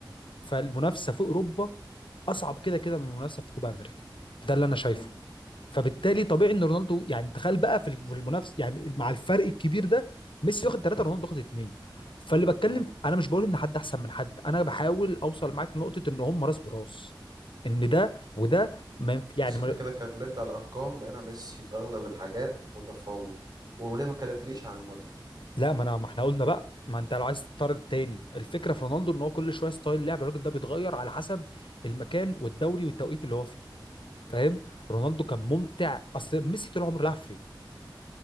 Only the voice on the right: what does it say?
امم
امم
بس انت
كده اتكلمت على الارقام لقينا ميسي في اغلب الحاجات متفوق وليه ما كلمتنيش عن المتعه